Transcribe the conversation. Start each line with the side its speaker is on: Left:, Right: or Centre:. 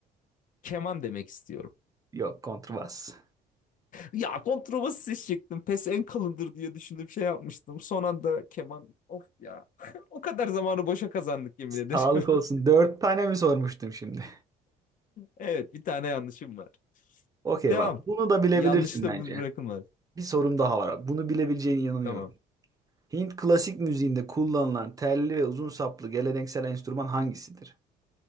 Left: keman demek istiyorum.
Right: <laughs> Yok, kontrbas.
Left: Ya kontrabas ses çektim. Pes en kalındır diye düşündüm şey yapmıştım. Son anda keman. Of ya. <laughs> O kadar zamanı boşa kazandık yemin ederim.
Right: Sağlık olsun.
Left: <laughs>
Right: Dört tane mi sormuştum şimdi?
Left: Evet bir tane yanlışım var.
Right: Okey
Left: Devam.
Right: bak, bunu da bilebilirsin
Left: Yanlış da
Right: bence.
Left: bı- bırakılmaz.
Right: Bir sorum daha var. Bunu bilebileceğine inanıyorum.
Left: Tamam.
Right: Hint klasik müziğinde kullanılan telli ve uzun saplı geleneksel enstrüman hangisidir?